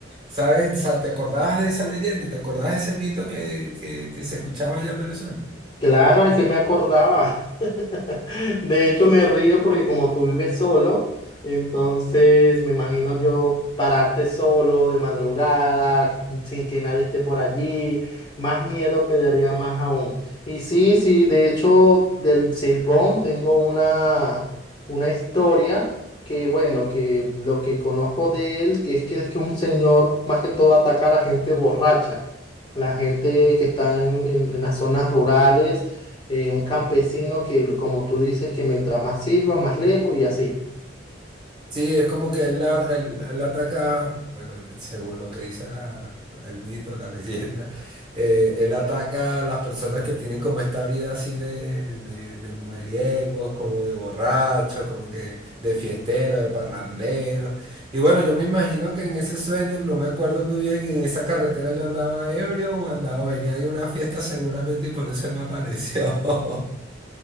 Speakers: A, on the right (about 25°); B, on the left (about 25°).
A: ¿Sabes? O sea, ¿te acordabas de esa leyenda? ¿Te acordabas de ese mito que, que, que se escuchaba allá en Venezuela?
B: Claro, es que me acordaba. <laughs> De hecho, me río porque como tú vives solo, entonces me imagino yo pararte solo de madrugada, sin que nadie esté por allí, más miedo me daría más aún. Y sí, sí, de hecho, del Silbón tengo una, una historia que, bueno, que lo que conozco de él, que es que es que un señor más que todo ataca a la gente borracha la gente que está en, en- en las zonas rurales, eh, un campesino que, lo- como tú dices, que mientras más silba, más lejos y así.
A: Sí, es como que él, la- él- él ataca, bueno, según lo que dice la- el mito, la <laughs> leyenda, eh, él ataca a las personas que tienen como esta vida así de, de, de mujeriegos, como de borrachos, como que de fiesteros, de parranderos. Y bueno, yo me imagino que en ese sueño, no me acuerdo muy bien, en esa carretera yo andaba ebrio o andaba, venía de una fiesta seguramente y por eso me apareció. <laughs>